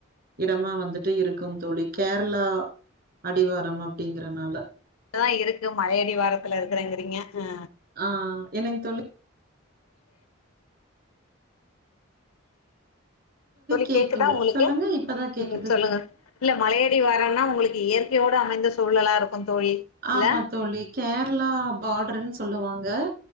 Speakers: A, on the right (about 45°); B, on the left (about 90°).
A: இடமா வந்துட்டு இருக்கும் தோழி கேரளா அடிவாரம் அப்பிடிங்கறனால
B: ர இருக்கு மலையடிவாரத்துல இருக்கறங்கிறீங்க ஆ
A: ஆ என்னங் தோழி
B: தோழி
A: கேக்கல
B: கேக்குதா உங்களுக்கு
A: சொல்லுங்க இப்பதா
B: ம்
A: கேக்குது
B: ம் சொல்லுங்க இல்ல மலையடிவாரோன்னா உங்களுக்கு இயற்கையோட அமைந்த சூழலா இருக்கு தோழி
A: ஆமா
B: இல்ல
A: தோழி கேரளா பார்டர்ன்னு சொல்லுவாங்க